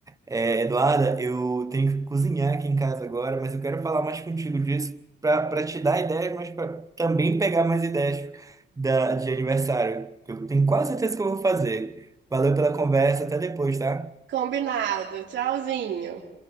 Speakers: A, on the right; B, on the right.
A: É, Eduarda, eu tenho que cozinhar aqui em casa agora, mas eu quero falar mais contigo disso para te dar ideias, mas para também pegar mais ideias da, de aniversário. que Eu tenho quase certeza que eu vou fazer. Valeu pela conversa, até depois, tá?
B: <laughs> Combinado. Tchauzinho.